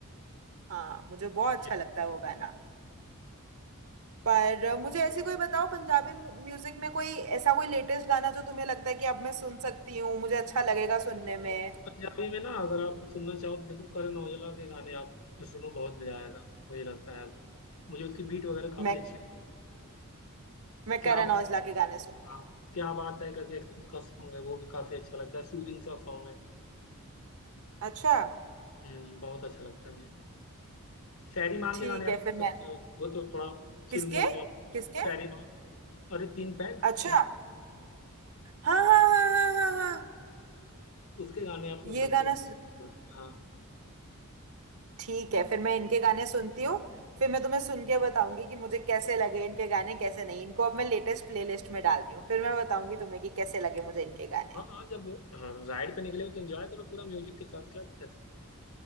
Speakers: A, on the right; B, on the left.
A: हाँ मुझे बहुत अच्छा
B: ये
A: लगता है वो गाना पर अ, मुझे ऐसी कोई बताओ पंजाबी म्यू- म्यूजिक में कोई ऐसा कोई लेटेस्ट गाना जो तुम्हें लगता है कि अब मैं सुन सकती हूँ मुझे अच्छा लगेगा सुनने
B: तो
A: में
B: पंजाबी में ना अगर आप सुनना चाहो तो देखो करण औजला के गाने आप सुनो बहुत मजा आएगा मुझे लगता है मुझे उसकी बीट वगैरह काफी
A: मैं
B: अच्छी लगती है
A: मैं
B: क्या
A: करण
B: बात
A: औजला
B: है
A: के गाने सुनती
B: हाँ
A: हूँ
B: क्या बात है करके एक उसका सॉन्ग है वो भी काफी अच्छा लगता है सूदिंग सा सॉन्ग है
A: अच्छा
B: हम्म बहुत अच्छा लगता है मुझे फैरी मान
A: ठीक
B: के गाने आप
A: है
B: सुन
A: फिर
B: सकते
A: मैं
B: हो वो तो थोड़ा चिल
A: किसके
B: मूड वाला
A: किसके
B: फैरी मान अरे तीन पैग
A: अच्छा
B: सुने
A: हाँ हाँ हाँ हाँ हाँ हाँ
B: उसके गाने आप सुन
A: ये
B: सकते
A: गाना
B: हो हाँ
A: ठीक है फिर मैं इनके गाने सुनती हूँ फिर मैं तुम्हें सुन के बताऊंगी कि मुझे कैसे लगे इनके गाने कैसे नहीं इनको अब मैं लेटेस्ट प्लेलिस्ट में डालती हूँ फिर मैं बताऊंगी तुम्हें कि कैसे लगे मुझे इनके गाने
B: हाँ हाँ, जब हाँ राइड पे निकले हो तो एंजॉय करो पूरा म्यूजिक के साथ क्या दिक्कत है